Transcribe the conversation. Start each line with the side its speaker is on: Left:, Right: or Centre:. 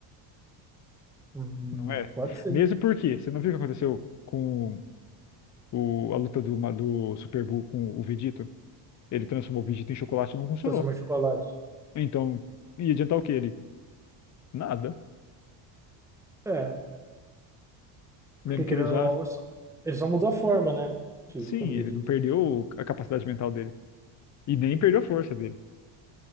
Centre: Hum,
Left: Não é?
Centre: pode ser.
Left: Mesmo porque, você não viu o que aconteceu com o, a luta do, Ma- do Super Buu com o Vegito? Ele transformou o Vegito em chocolate e não funcionou.
Centre: Transformar em chocolate.
Left: Então, ia adiantar o que ele? Nada.
Centre: É, porque
Left: Mesmo
Centre: querendo
Left: que ele usasse,
Centre: ou não, ele só ele só mudou a forma, né? Física
Left: sim,
Centre: do
Left: ele
Centre: Vegeta.
Left: não perdeu a capacidade mental dele. E nem perdeu a força dele.